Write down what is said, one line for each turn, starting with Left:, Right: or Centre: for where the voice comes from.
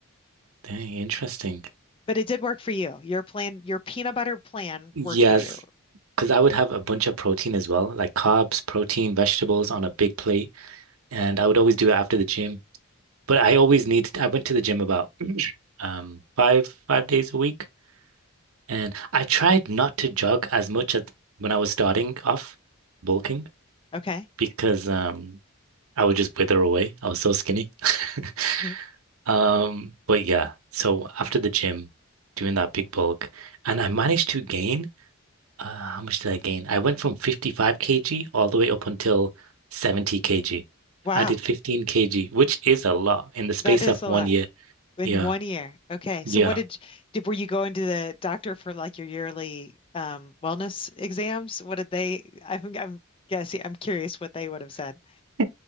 Right: Dang, interesting.
Left: But it did work for you. Your plan, your peanut butter plan
Right: Yes,
Left: worked for you.
Right: because I would have a bunch of protein as well, like carbs, protein, vegetables on a big plate, and I would always do it after the gym. But I always needed, I went to the gym about <clears throat> um five five days a week. And I tried not to jog as much as when I was starting off bulking
Left: Okay.
Right: because um I would just wither away. I was so skinny. <laughs>
Left: <laughs>
Right: Um, but yeah, so after the gym, doing that big bulk, and I managed to gain uh, how much did I gain? I went from 55 kg all the way up until 70 kg.
Left: Wow.
Right: I did 15 kg, which is a lot in the space
Left: That is
Right: of
Left: a
Right: one
Left: lot.
Right: year.
Left: In
Right: Yeah,
Left: one year. Okay. So
Right: yeah.
Left: what did did were you going to the doctor for like your yearly um wellness exams? What did they I'm I'm guessing I'm curious what they would have said.
Right: <laughs> <laughs>